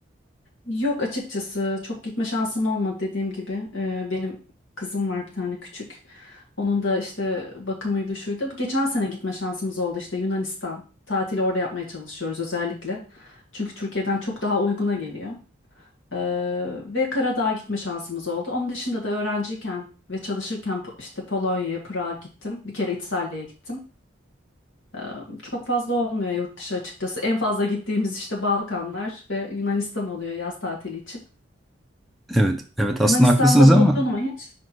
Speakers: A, on the left; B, in the centre.
A: Yok açıkçası çok gitme şansım olmadı dediğim gibi. Ee, benim kızım var bir tane küçük. Onun da işte bakımıydı şuydu. Geçen sene gitme şansımız oldu işte Yunanistan. Tatili orada yapmaya çalışıyoruz özellikle. Çünkü Türkiye'den çok daha uyguna geliyor. Ee, ve Karadağ'a gitme şansımız oldu. Onun dışında da öğrenciyken ve çalışırken Po- işte Polonya'ya, Prag'a gittim. Bir kere İtalya'ya gittim. Ee, Çok fazla olmuyor yurt dışı açıkçası. En fazla gittiğimiz işte Balkanlar ve Yunanistan oluyor yaz tatili için.
B: Evet, evet aslında
A: Yunanistan'da
B: haklısınız
A: bulundun
B: ama
A: mu hiç?